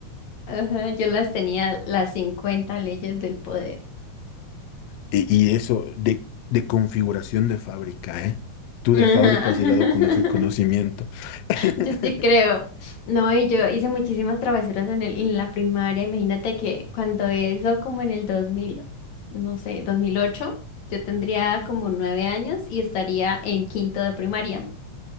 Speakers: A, on the left; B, on the left.
A: Ajá, yo las tenía las 50 leyes del poder.
B: Y, y eso de, de configuración de fábrica, ¿eh? Tú
A: Ajá.
B: de fábrica has llegado
A: <laughs>
B: con ese conocimiento. <laughs>
A: Yo sí creo. No, y yo hice muchísimas travesuras en el, en la primaria. Imagínate que cuando eso, como en el 2000, no sé, 2008, yo tendría como nueve años y estaría en quinto de primaria.